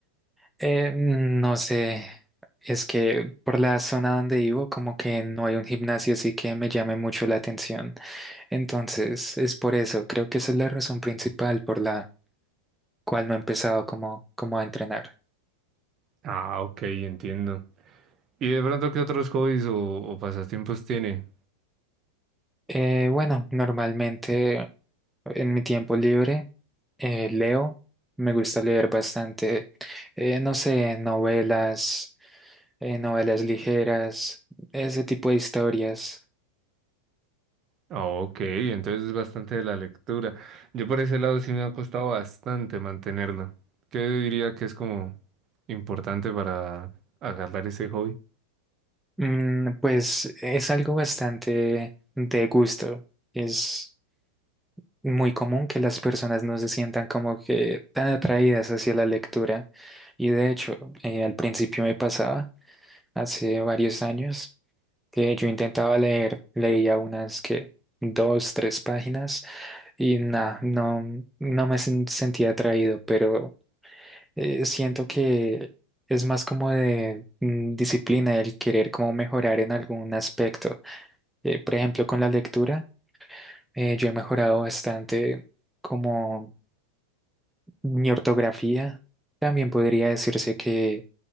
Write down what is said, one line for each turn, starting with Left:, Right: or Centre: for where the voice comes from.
Centre: Eh, mm, no sé, es que por la zona donde vivo como que no hay un gimnasio así que me llame mucho la atención. Entonces, es por eso, creo que esa es la razón principal por la cual no he empezado como, como a entrenar.
Right: Ah, ok, entiendo. ¿Y de pronto qué otros hobbies o, o pasatiempos tiene?
Centre: Eh, bueno, normalmente en mi tiempo libre eh, leo, me gusta leer bastante, eh, no sé, novelas, eh, novelas ligeras, ese tipo de historias.
Right: Ah, Ok, entonces es bastante de la lectura. Yo por ese lado sí me ha costado bastante mantenerlo. ¿Qué diría que es como importante para agarrar ese hobby?
Centre: Mm, pues es algo bastante de gusto. Es muy común que las personas no se sientan como que tan atraídas hacia la lectura. Y de hecho, eh, al principio me pasaba, hace varios años. que yo intentaba leer, leía unas que dos, tres páginas y nada, no, no me sen- sentía atraído, pero eh, siento que es más como de mm, disciplina el querer como mejorar en algún aspecto. Eh, por ejemplo, con la lectura, eh, yo he mejorado bastante como mi ortografía. También podría decirse que